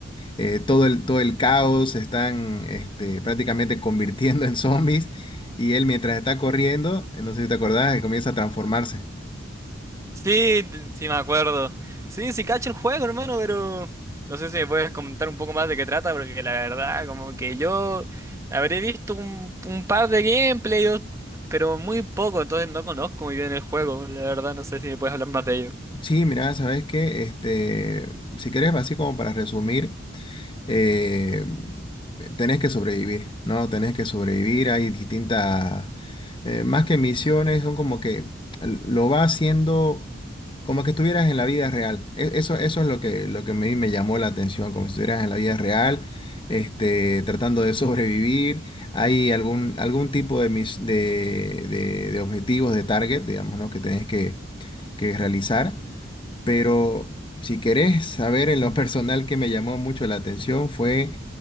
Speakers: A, on the left; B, on the right.
A: eh, todo el, todo el caos, se están este, prácticamente convirtiendo en zombies y él mientras está corriendo, no sé si te acordás, comienza a transformarse.
B: Sí, t- sí me acuerdo. Sí, sí cacho el juego, hermano, pero... No sé si me puedes comentar un poco más de qué trata, porque la verdad, como que yo habré visto un, un par de gameplays, pero muy poco, entonces no conozco muy bien el juego, la verdad, no sé si me puedes hablar más de ello.
A: Sí, mira, sabes que este, si querés, así como para resumir, eh, tenés que sobrevivir, ¿no? Tenés que sobrevivir. Hay distintas, eh, más que misiones, son como que lo va haciendo como que estuvieras en la vida real. E- Eso, eso es lo que, lo que a mí me llamó la atención, como si estuvieras en la vida real, este, tratando de <laughs> sobrevivir. Hay algún, algún tipo de, mis- de, de, de objetivos, de target, digamos, ¿no? Que tenés que que realizar. Pero si querés saber en lo <laughs> personal que me llamó mucho la atención fue